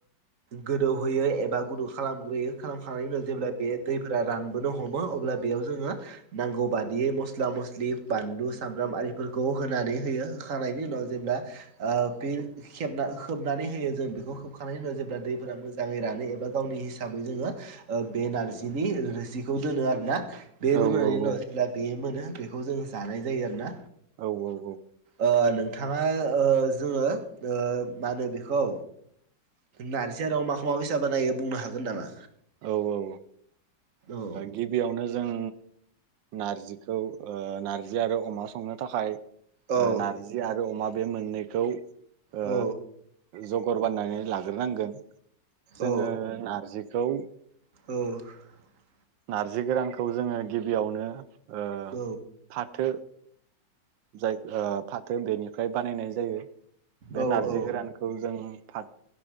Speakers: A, on the right; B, on the right.
A: गोदौ होयो एबा गुदुं खालामो। ग्रोयो खालामखांनायनि उनाव जेब्ला बे दैफोरा रानबोनो हमो अब्ला बेयाव जोङो नांगौ बादियै मस्ला मस्लि बानलु सामब्राम आरिफोरखौ होनानै होयो होखांनायनि उनाव जेब्ला ओ फिन खेबना- खोबनानै होयो जों बेखौ खोबखांनायनि उनाव जेब्ला दैफोरा मोजाङै रा नो एबा गावनि हिसाबै जोङो ओ बे नारजिनि रोसिखौ दोनो आरोना बे
B: औ
A: दोननायनि
B: औ
A: उनाव
B: औ
A: जेब्ला बे मोनो बेखौ जों जानाय जायो आरोना
B: औ औ
A: ओ नों नोंथाङा ओ जोङो ओ मा होनो बेखौ नारजि आरो अमाखौ मा बायसा बानायो बुंनो हागोन नामा?
B: औ औ ओ
A: औ
B: गिबियावनो जों नारजिखौ ओ नार्जि आरो अमा संनो थाखाय
A: औ
B: नारजि आरो अमा बे मोननैखौ ओ
A: औ
B: जगार बानायनानै लाग्रोनांगोन जोङो
A: औ
B: नारजिखौ
A: औ
B: नारजि गोरानखौ जोङो गिबियावनो ओ
A: औ
B: फाथो जाय ओ फाथो बेनिफ्राय बानायनाय जायो बे
A: औ
B: नारजि
A: औ
B: गोरानखौ जों फाथ